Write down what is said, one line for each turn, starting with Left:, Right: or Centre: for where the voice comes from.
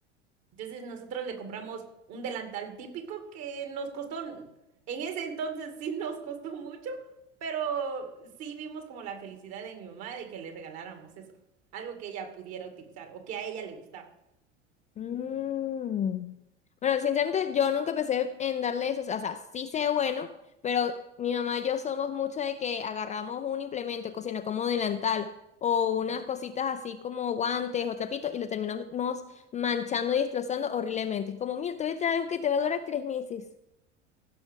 Right: Entonces nosotros le compramos un delantal típico que nos costó, en ese entonces sí nos costó mucho, pero sí vimos como la felicidad de mi mamá de que le regaláramos eso, algo que ella pudiera utilizar o que a ella le gustaba.
Left: Mm. Bueno, sinceramente yo nunca pensé en darle eso, o sea, sí sé bueno, pero mi mamá y yo somos mucho de que agarramos un implemento de cocina como delantal o unas cositas así como guantes o trapitos y lo terminamos manchando y destrozando horriblemente. Es como, mira, te voy a traer algo que te va a durar tres meses.